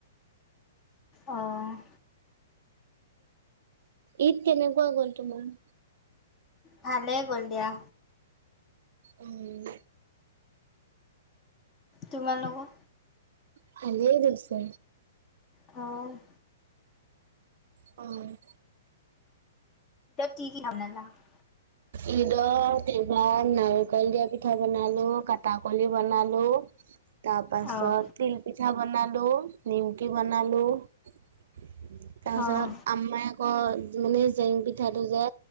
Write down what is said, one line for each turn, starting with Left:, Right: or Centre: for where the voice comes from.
Left: অ'।
Right: ঈদ কেনেকুৱা গল তোমাৰ।
Left: ভালে গ'ল দিয়া।
Right: উম।
Left: তোমা লোকৰ।
Right: ভালএ গৈছে।
Left: অ'।
Right: অ'।
Left: <unintelligible>
Right: ঈদ এবাৰ নাৰিকল দিয়া পিঠা বনালো, কটাকলি বনালো তাৰ পাছত
Left: অঁ
Right: তিল পিঠা বনালো, নিমকি বনালো তাৰ পাছত
Left: অঁ
Right: আম্মাই আকৌ মানে জেং পিঠাটো যে